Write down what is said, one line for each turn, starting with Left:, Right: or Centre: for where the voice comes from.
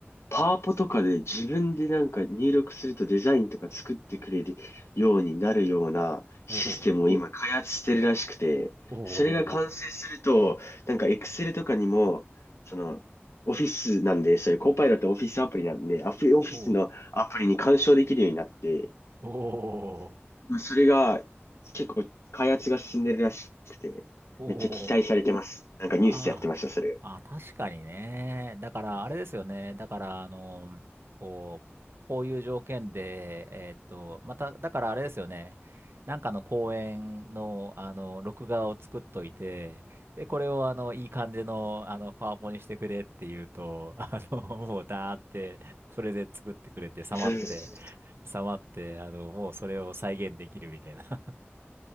Left: パワポとかで自分でなんか入力するとデザインとか作ってくれるようになるようなシステムを今開発してるらしくて、
Right: おお、お
Left: それが完成すると、なんか Excel とかにも、その、オフィスなんで、そういうコーパイロットオフィスアプリなんで、アフオフィスのアプリに干渉できるようになって、
Right: お、おお、おうお、おうお、おう
Left: まあそれが結構開発が進んでるらしくて、
Right: お、
Left: めっちゃ期待されてます。なんかニュースでやってました、
Right: ああ、
Left: それ。
Right: あ、確かにね。だから、あれですよね。だから、あの、こう、こういう条件で、えーっと、また、だからあれですよね。なんかの公演の、あの、録画を作っといて、で、これを、あの、いい感じの、あの、パワポにしてくれって言うと、<laughs> あの、もう、だーって、それで作ってくれて、さまって、
Left: そうそうそ
Right: さまって、あの、もうそれを再現できるみたいな。<laughs>